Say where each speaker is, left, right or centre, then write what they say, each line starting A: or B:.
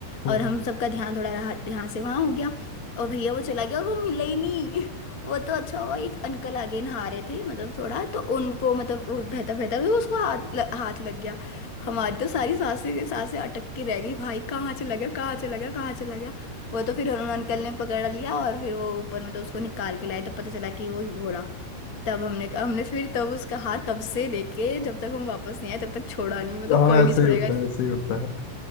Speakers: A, on the left; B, on the left.
A: हम्म।
B: और हम सबका ध्यान थोड़ा रहा यहाँ से वहाँ हो गया और भैया वो चला गया और वो मिला ही नहीं वो तो अच्छा हुआ एक अंकल आगे नहा रहे थे मतलब थोड़ा तो उनको मतलब वो बहता बहता भी उसको हाथ ल, हाथ लग गया हमारी तो सारी सांसें की सांसें अटक के रह गई भाई कहाँ चला गया कहाँ चला गया कहाँ चला गया वो तो फिर उन्होंने अंकल ने पकड़ लिया और फिर वो ऊपर मतलब उसको निकाल के लाए तो पता चला कि वो ही वो रहा तब हमने हमने फिर तब उसका हाथ तब से लेके जब तक हम वापस नहीं आए तब तक छोड़ा नहीं मेरे
A: हाँ
B: को कोई
A: ऐसे
B: नहीं छोड़ेगा
A: ही होता है ऐसे ही होता है